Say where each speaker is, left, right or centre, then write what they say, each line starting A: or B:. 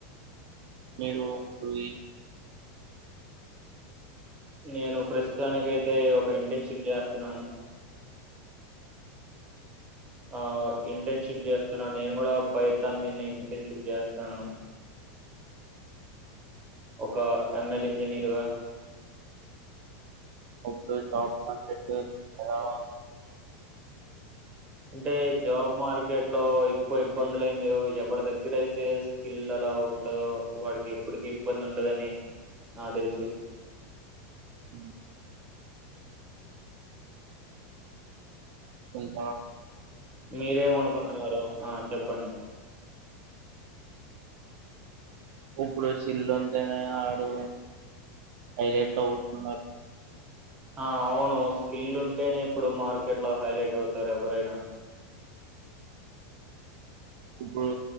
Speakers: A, on the right (about 45°); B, on the right (about 20°).
A: మరు రూయ్
B: నేను ప్రస్థానికి అయితే ఒక ఇంటర్న్షిప్ చేస్తున్నాను. ఆ ఇంటర్న్షిప్ చేస్తున్నాను నేను కూడా పైతన్ మీదనే ఇంటర్న్షిప్ చేస్తున్నాను. ఒక ఎంఎల్ ఇంజనీరుగా
A: అప్పుడు జాఫ రటర్యా ఎలా
B: అంటే జాబ్ మార్కెట్ ట్లో ఎక్కువ ఇబ్బందులు ఏం లేవు, ఎవడి దగ్గర అయితే స్కిల్ అలా ఉంటందో వాడికి ఎప్పటికి ఇబ్బంది ఉండదని నా తెలుసు
A: అ ఉంట
B: మీర్ ఏం అనుకుంటున్నారు ఆ చెప్పండి
A: ఇప్పుడు సిల్లుందేనే ఆడు హైలైట్ అవుతున్నారు
B: ఆ అవును స్కిల్ ఉంటేనే ఇప్పుడు మార్కెట్ లో హైలైట్ అవుతారు ఎవరైనా
A: ఇప్పుడు